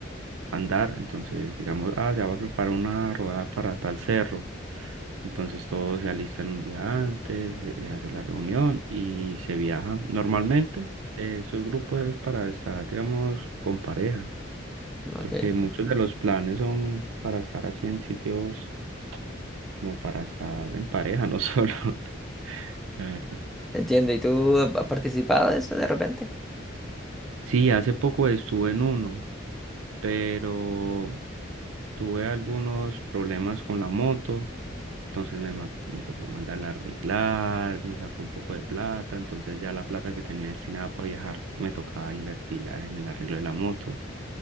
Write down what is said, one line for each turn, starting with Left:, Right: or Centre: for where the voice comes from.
Right: a andar, entonces digamos, ah, se va a preparar una rodada para tal cerro. Entonces todos se alistan un día antes, eh, hace la reunión y se viaja. Normalmente eh, esos grupos es para estar, digamos, con pareja, porque
Centre: ok.
Right: muchos de los planes son para estar así en sitios como para estar en pareja, no solo, <laughs> la verdad.
Centre: Entiendo, ¿y tú has participado de eso de repente?
Right: Sí, hace poco estuve en uno, pero Tuve algunos problemas con la moto, entonces me, ma- me tocó mandarla a arreglar, me sacó un poco de plata, entonces ya la plata que tenía destinada para viajar me tocaba invertirla en el arreglo de la moto.